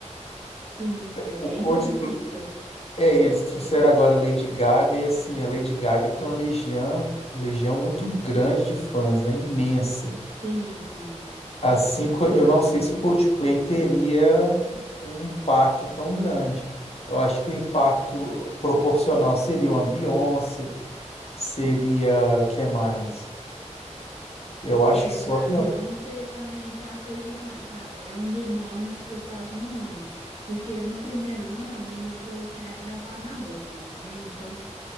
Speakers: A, on the right; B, on the left.
A: sim, é
B: O
A: bem
B: Coldplay,
A: robusta.
B: é, eles trouxeram agora a Lady Gaga e assim, a Lady Gaga tem uma legião, legião muito grande de fãs, né? Imensa.
A: Sim, sim.
B: Assim, co- eu não sei se o Coldplay teria um impacto tão grande. Eu acho que o impacto proporcional seria uma Beyoncé, seria, que mais? Eu acho
A: É,
B: que só
A: a
B: a Beyoncé.
A: Beyoncé também tá cogitada, tá, é um dos nomes para o próximo ano, porque no primeiro ano eles trouxeram a Madonna, né? Então,